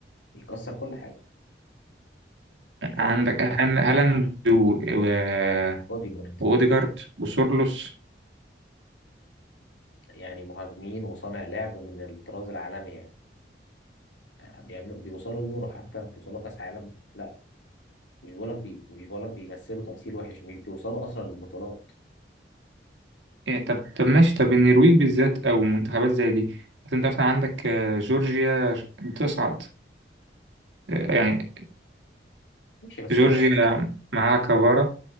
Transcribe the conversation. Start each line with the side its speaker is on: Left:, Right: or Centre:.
Left: بيكسر كل حاجة شوف
Right: عندك هان- هالاند و- و-
Left: بودي جارد
Right: واوديجارد وسورلوس
Left: يعني مهاجمين وصانع لعب من الطراز العالمي يعني آه، بيعملوا بيوصلوا يورو حتى بيوصلوا كاس عالم لا مش بقولك بي مش بقولك بيمثلوا تمثيل وحش مش بيوصلوا اصلا للبطولات
Right: إيه طب طب ماشي طب النرويج بالذات او منتخبات زي دي أصل انت مثلا عندك آه، جورجيا بتصعد آه، يعني
Left: ماشي بس
Right: جورجيا
Left: جورج
Right: معاها كفارة